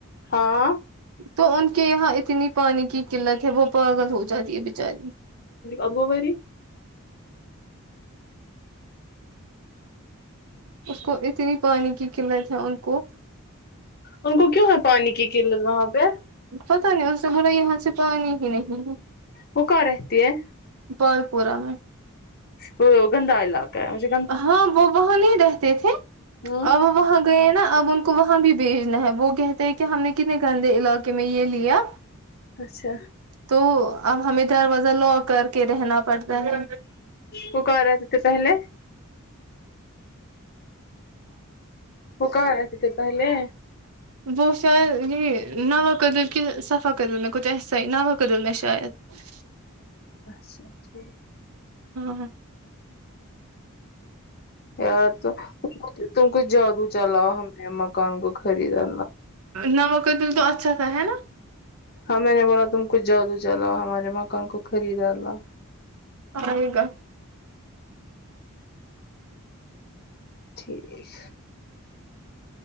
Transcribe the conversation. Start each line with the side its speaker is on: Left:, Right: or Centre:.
Left: ہاں
Right: تو ان کے یہاں اتنی پانی کی قلت ہے وہ پاگل ہو جاتی ہے بچاری
Left: ابگوبروی
Right: اس کو اتنی پانی کی قلت ہے ان کو
Left: ان کو کیوں ہے پانی کی قلت وہاں پہ
Right: پتا نہیں ان سے ہمارا یہاں سے پانی ہی نہیں ہے
Left: وہ کہا رہتی ہے
Right: بل پورہ میں
Left: وہ گندا علاقہ ہے مج
Right: ہاں وہ وہاں نہیں رہتے تھے
Left: ہوں
Right: اور وہاں گئے ہیں نا اب ان کو وہاں بھی بھیجنا ہے وہ کہتے ہیں کہ ہم نے کتنے گندے علاقے کہ میں یہ لیا
Left: اچھا
Right: تو اب ہمیں دروازہ لو کر کے رہنا پڑتا ہے
Left: وہ کہہ رہتے تھے پہلے وہ کہاں رہتے تھے پہلے
Right: وہ شاید یہ نوا کدل کے صفح کدل میں کچھ ایسائی نوا کدل میں شاید شاید
Left: اچھاٹھیک
Right: ہاں ہاں
Left: یار تو تم کو جادو چلاؤ ہمیں مکان کو خریدا
Right: نمک تل تو اچھاتھا ہے نا
Left: ہاں میں نے بولا تم کچھ جادو چلاؤ ہمارے مکان کو خریدا لا
Right: آئےگا
Left: ٹھیک